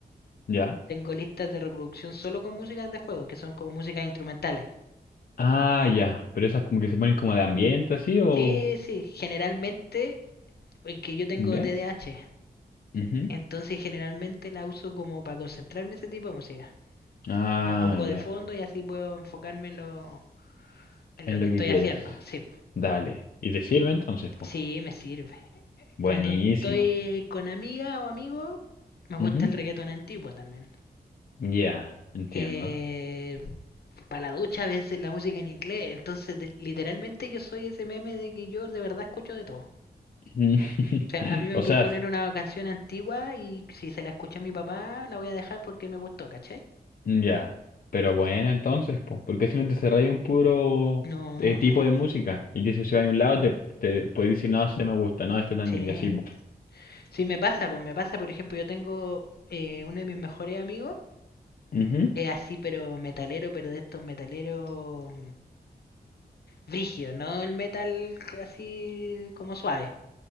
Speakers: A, on the left; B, on the left.
A: Ya.
B: tengo listas de reproducción solo con músicas de juegos, que son como músicas instrumentales.
A: Ah, ya. Pero esas como que se ponen como de ambiente así o...
B: Sí, sí, generalmente, eh, que yo tengo
A: ¿Ya?
B: t d A h
A: Ujú.
B: entonces generalmente la uso como para concentrarme ese tipo de música.
A: Ah,
B: La pongo
A: ya.
B: de fondo y así puedo enfocarme en lo, en
A: Es
B: lo
A: lo
B: que estoy
A: que quieres.
B: haciendo, sí.
A: Dale. ¿Y te sirve entonces, po?
B: Sí, me sirve.
A: Buenísima.
B: Cuando estoy con amiga o amigo, me gusta
A: Ujú.
B: el reggaetón antiguo también.
A: Ya, entiendo.
B: Eh, para la ducha a veces la música en inglés, entonces de- literalmente yo soy ese meme de que yo de verdad escucho de todo.
A: Mm. <laughs>
B: O sea, a mí me
A: O
B: voy
A: sea,
B: a poner
A: s-
B: una canción antigua y si se la escucha a mi papá, la voy a dejar porque me gustó, ¿cachai?
A: ya. Pero bueno, entonces, po. Porque si no te cerráis un puro
B: No,
A: eh, tipo
B: no.
A: de música. Y que si se va a un lado, te, te puedes decir, no, este me gusta, no, este también.
B: Sí.
A: Y así, po.
B: Sí, me pasa, pues me pasa, por ejemplo, yo tengo eh, uno de mis mejores amigos,
A: Ujú.
B: es así, pero metalero, pero de estos metaleros brígido, no el metal así como suave,